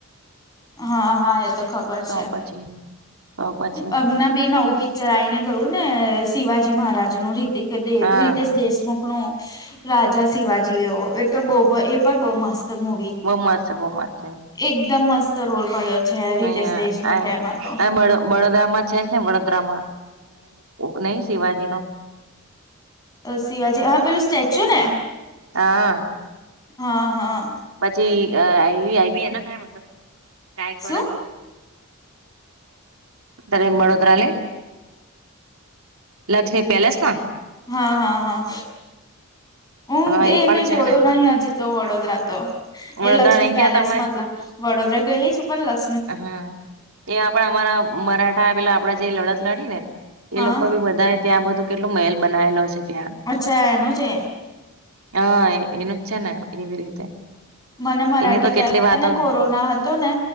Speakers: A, on the left; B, on the right.
A: હા હા એ તો ખબર
B: તો
A: છે
B: પછી તો પછી
A: હમના બી નવું પી ચરાઈ ને ગયું ને શિવાજી મહારાજ નું રીતે
B: હા
A: રીતે દેશમુખ ન રાજા શિવાજીઓ એ તો બહ એ પણ બહુ મસ્ત મુ
B: બહુ માસ છે બહુ માસ છે.
A: એકદમ મસ્ત રોલ કર્યો. છે રીતેશ
B: અહં
A: દેશમુખે એમાં તો
B: આ બ બડોદરામાં છે. ને વડોદરામાં મહેલ શિવાજી નો
A: શિવાજી હા પેલું સ્ટેચ્યુ ને
B: હા
A: હા હા
B: પછી આઈ આઈબી એના કઈત કઈ કળ
A: શું
B: બરે મળળોદ્રાલે લક્ષ્મી પેલેસ ના
A: હા હા હા હું
B: હા
A: એ
B: પણ
A: મેં
B: છે
A: જોયું
B: ને
A: નહિ હજુ તો વડોદરા તો
B: વડોદરા
A: એ લક્ષ્મી
B: નઈ ગયા
A: પેલેસ
B: તમે
A: મતલબ વડોદરા ગયેલી છું પણ લ
B: હા એ આપડા અમારા મરાઠા પેલા આપડા જે લડત લડી ને
A: હા
B: એ લોકો બી બધા ત્યાં બધું કેટલો મહેલ બનાવેલો છે. ત્યાં
A: અચ્છા એનું છે
B: હા એનું છે ને એવી રીતે
A: મને મરાઠી
B: એની તો કેટલી
A: પહેલાને
B: વાતો
A: કોરોના હતો ને